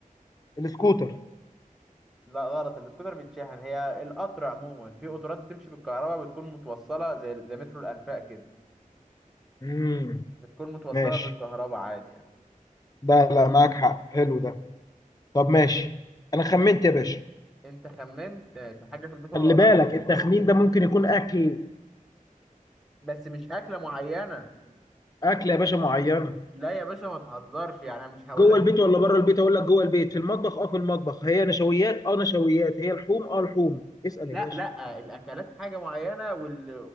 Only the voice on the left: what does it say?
السكوتر
مم.
ماشي
ده لا معاك حق حلو ده طب ماشي انا خمنت يا باشا
خلي
بالك
التخمين ده ممكن يكون اكل
اكل يا باشا معينه
جوه
البيت ولا بره البيت اقول لك جوه البيت في المطبخ اه في المطبخ هي نشويات اه نشويات هي لحوم اه لحوم اسال
يا باشا